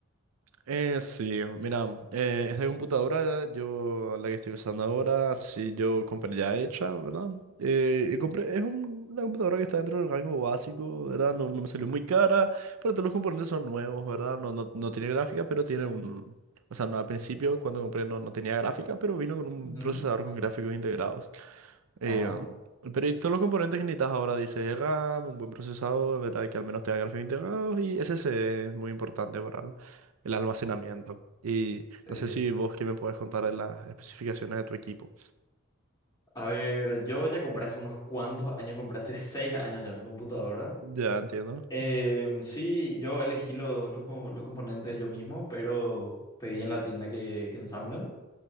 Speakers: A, on the right (about 80°); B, on the left (about 20°).
A: Eh, sí, mira, eh, esta computadora, yo la que estoy usando ahora, sí, yo compré ya hecha, ¿verdad? Eh, y compré, es un- una computadora que está dentro del rango básico, ¿verdad? No, no me salió muy cara, pero todos los componentes son nuevos, ¿verdad? No, no, no tiene gráfica, pero tiene un... O sea, no, al principio cuando compré no, no tenía gráfica, pero vino con un
B: Ujú.
A: procesador con gráficos integrados. Eh,
B: Ajá.
A: pero y todos los componentes que necesitas ahora, dice RAM, un buen procesador, ¿verdad? Que al menos tenga gráficos integrados y SSD es muy importante para el almacenamiento. Y
B: Sí.
A: no sé si vos que me puedes contar de las especificaciones de tu equipo.
B: A ver, yo ya compré hace unos cuantos años, compré hace seis años ya mi computadora.
A: Ya entiendo.
B: Em, sí, yo elegí los, los, co- los componentes yo mismo, pero pedí en la tienda que, que ensamblan.